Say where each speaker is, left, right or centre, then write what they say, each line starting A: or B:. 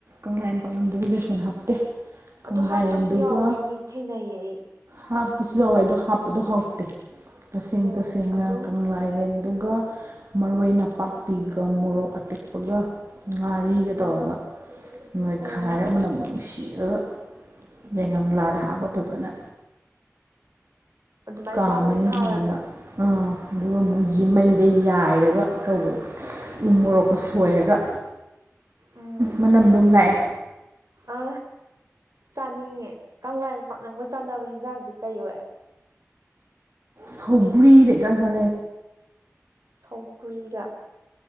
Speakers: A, on the right; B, on the right.
A: ꯀꯪꯂꯥ ꯌꯦꯟ ꯄꯥꯛꯅꯝꯗꯨꯒꯤꯗ ꯁꯨꯅ ꯍꯥꯞꯇꯦ ꯀꯪꯂꯥꯌꯦꯟꯗꯨꯒ
B: ꯑꯣ ꯍꯥꯞꯄꯁꯨ ꯌꯥꯎꯋꯤ ꯃꯤ ꯊꯦꯡꯅꯩꯌꯦ ꯑꯩ
A: ꯍꯥꯞꯄꯁꯨ ꯌꯥꯎꯋꯦ ꯑꯗꯣ ꯍꯥꯞꯄꯗꯣ ꯍꯥꯎꯇꯦ ꯇꯁꯦꯡ
B: ꯑꯣ
A: ꯇꯁꯦꯡꯅ
B: ꯑꯗꯨꯝ
A: ꯀꯪꯂꯥ ꯌꯦꯟ ꯑꯗꯨꯒ ꯃꯔꯣꯏ ꯅꯄꯥꯛꯄꯤꯒ ꯃꯣꯔꯣꯛ ꯑꯇꯦꯛꯄꯒ ꯉꯥꯔꯤꯒ
B: ꯑꯣ
A: ꯇꯧꯔꯒ ꯅꯣꯏꯈꯥꯏꯔ
B: ꯑꯣ
A: ꯃꯅꯝ ꯅꯨꯡꯁꯤꯔꯒ ꯌꯥꯏꯉꯪ ꯂꯥꯗ ꯍꯥꯞꯄ ꯐꯖꯅ
B: ꯑꯗꯨꯃꯥꯏꯅ
A: ꯀꯥꯝꯃꯅꯤ
B: ꯆꯥꯕꯅꯤꯅ ꯍꯥꯎꯋꯦꯕ
A: ꯍꯥꯟꯅ ꯑꯥ ꯑꯗꯨꯒ ꯑꯃꯨꯛ ꯃꯩꯗ ꯌꯥꯏꯔꯒ ꯇꯧꯕꯗꯣ ꯎ
B: ꯎꯝ
A: ꯃꯣꯔꯣꯛꯀ ꯁꯣꯏꯔꯒ
B: ꯎꯝ
A: ꯃꯅꯝꯗꯨꯝ ꯂꯥꯛꯑꯦ
B: ꯑ ꯆꯥꯅꯤꯡꯉꯦ ꯀꯪꯂꯥ ꯄꯥꯛꯅꯝꯒ ꯆꯥꯅꯕ ꯍꯤꯟꯖꯥꯡꯗꯤ ꯀꯩ ꯑꯣꯏ
A: ꯁꯧꯒꯔꯤ ꯅ ꯏꯆꯥꯟ ꯆꯥ
B: ꯁꯧꯒ꯭ꯔꯤꯒ